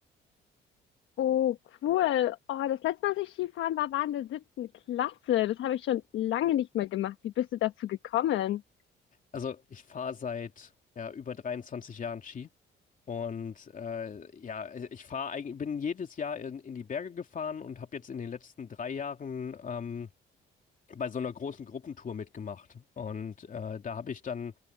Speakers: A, on the left (about 75°); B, on the left (about 40°).
A: Oh, cool. Oh, das letzte Mal, als ich Skifahren war, war in der siebten Klasse. Das habe ich schon lange nicht mehr gemacht. Wie bist du dazu gekommen?
B: Also ich fahre seit ja, über 23 Jahren Ski. Und äh, ja, ich fahre eigentlich, bin jedes Jahr in, in die Berge gefahren und habe jetzt in den letzten drei Jahren ähm, bei so einer großen Gruppentour mitgemacht. Und äh, da habe ich dann